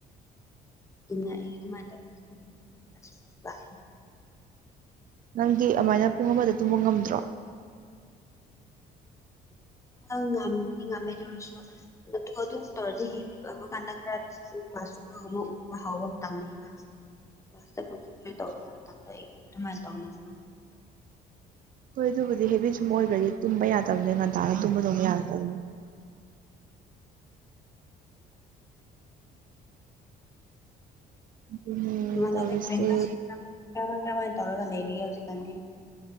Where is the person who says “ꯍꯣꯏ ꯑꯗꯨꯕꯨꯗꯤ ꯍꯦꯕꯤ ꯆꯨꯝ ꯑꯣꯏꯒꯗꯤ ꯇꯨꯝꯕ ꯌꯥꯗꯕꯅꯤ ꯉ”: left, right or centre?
Right